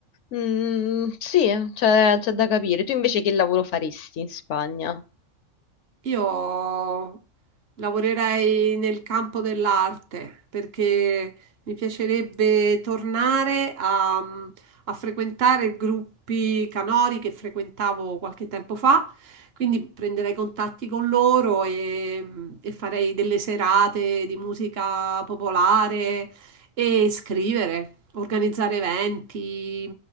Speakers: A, on the left; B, on the right.
A: Mm, sì, c'è c'è da capire. Tu invece che lavoro faresti in Spagna?
B: Io lavorerei nel campo dell'arte perché mi piacerebbe tornare a, a frequentare i gruppi canori che frequentavo qualche tempo fa, quindi prenderei contatti con loro e, e farei delle serate di musica popolare e scrivere. Organizzare eventi,